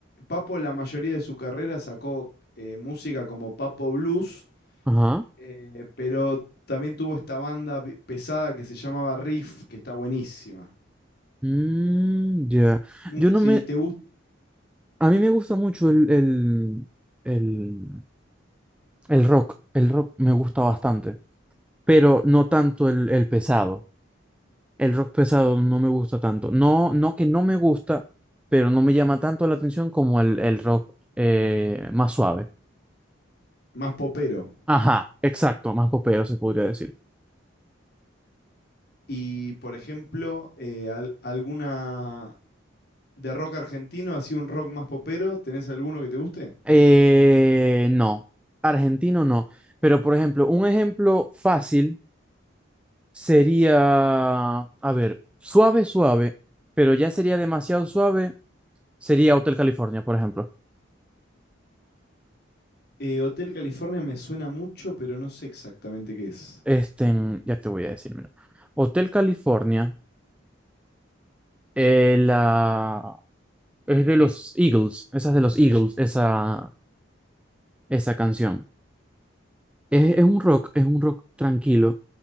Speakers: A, on the left (about 50°); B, in the centre.
A: Papo, la mayoría de su carrera sacó eh, música como Papo Blues,
B: Ajá.
A: eh, pero también tuvo esta banda bi- pesada que se llamaba Riff, que está buenísima.
B: Mm, ya.
A: Nu-
B: Yo no
A: Si
B: me.
A: te gusta,
B: A mí me gusta mucho el, el, el, el rock. El rock me gusta bastante, pero no tanto el, el pesado. El rock pesado no me gusta tanto. No, no que no me gusta, pero no me llama tanto la atención como el, el rock eh, más suave.
A: más popero.
B: Ajá, exacto, más popero se podría decir.
A: Y por ejemplo, eh, al- alguna. De rock argentino, así un rock más popero, ¿tenés alguno que te guste?
B: Eh, no, argentino no. Pero por ejemplo, un ejemplo fácil sería, a ver, suave, suave, pero ya sería demasiado suave, sería Hotel California, por ejemplo.
A: Eh, Hotel California me suena mucho, pero no sé exactamente qué es.
B: Este, ya te voy a decir, mira. Hotel California, eh, la Es de los Eagles, esa es de los Eagles, esa, esa canción. Es, es un rock, es un rock tranquilo,